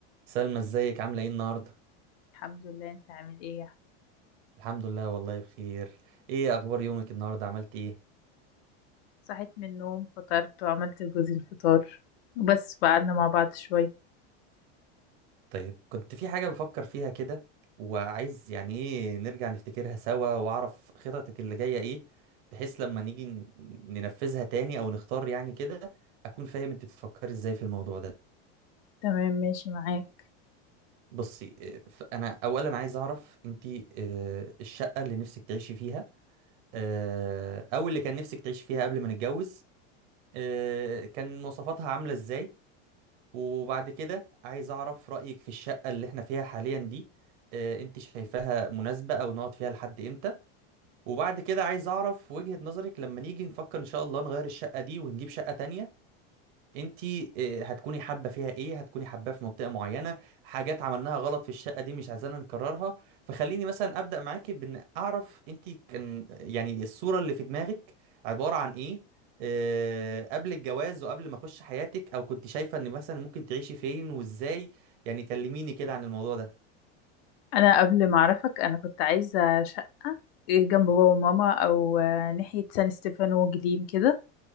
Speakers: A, on the right (about 50°); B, on the left (about 70°).
A: سلمى ازيك عاملة ايه النهاردة؟
B: الحمد لله انت عامل ايه
A: الحمد لله والله بخير ايه اخبار يومك النهاردة عملت ايه؟
B: صحيت من النوم فطرت وعملت لجوزي الفطار وبس قعدنا مع بعض شوية
A: طيب كنت في حاجة بفكر فيها كده وعايز يعني ايه نرجع نفتكرها سوا واعرف خططك اللي جاية ايه بحيث لما نيجي ن- ننفذها تاني او نختار يعني كده اكون فاهم انت بتفكري ازاي في الموضوع ده
B: تمام ماشي معاك
A: بصي اه، ف- انا اولا عايز اعرف انت اه، الشقة اللي نفسك تعيشي فيها اه، او اللي كان نفسك تعيشي فيها قبل ما نتجوز اه، كان مواصفاتها عاملة ازاي وبعد كده عايز أعرف رأيك في الشقة اللي احنا فيها حاليا دي آه، انت شايفاها مناسبة أو نقعد فيها لحد امتى وبعد كده عايز أعرف وجهة نظرك لما نيجي نفكر إن شاء الله نغير الشقة دي ونجيب شقة تانية انت آه، هتكوني حابه فيها ايه هتكوني حباه في منطقه معينه حاجات عملناها غلط في الشقه دي مش عايزانا نكررها فخليني مثلا ابدا معاكي بان اعرف انت كان يعني الصوره اللي في دماغك عباره عن ايه آه، قبل الجواز وقبل ما اخش حياتك او كنت شايفه ان مثلا ممكن تعيشي فين وازاي يعني كلميني كده عن الموضوع ده
B: انا قبل ما اعرفك انا كنت عايزة شقة إيه، جنب بابا وماما او آه، ناحية سان ستيفانو وجليم كده